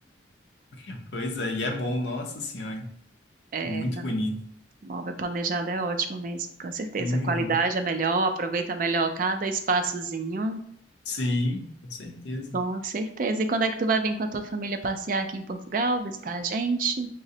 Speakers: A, on the left; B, on the right.
A: <laughs> pois é, e é bom, nossa senhora,
B: É,
A: muito
B: não,
A: bonito.
B: móvel planejado é ótimo mesmo, com certeza.
A: Uhum.
B: A qualidade é melhor, aproveita melhor cada espaçozinho.
A: Sim, com certeza.
B: Com certeza. E quando é que tu vai vir com a tua família passear aqui em Portugal, visitar a gente?